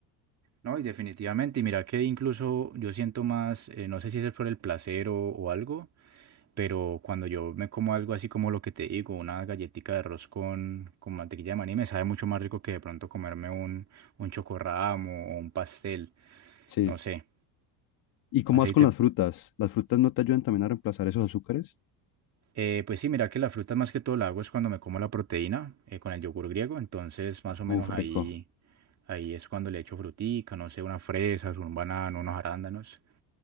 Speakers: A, on the right; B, on the left.
A: No, y definitivamente, y mira que incluso yo siento más, eh, no sé si es por el placer o, o algo, pero cuando yo me como algo así como lo que te digo, una galletica de arroz con, con mantequilla de maní, me sabe mucho más rico que de pronto comerme un, un chocorramo o un pastel,
B: Sí.
A: no sé,
B: ¿Y cómo
A: no sé,
B: vas
A: y
B: con
A: te-
B: las frutas? ¿Las frutas no te ayudan también a reemplazar esos azúcares?
A: eh, pues sí, mira que la fruta más que todo la hago es cuando me como la proteína eh, con el yogur griego, entonces más o menos
B: Uf, rico.
A: ahí, ahí es cuando le echo frutica, no sé, unas fresas, un banano, unos arándanos,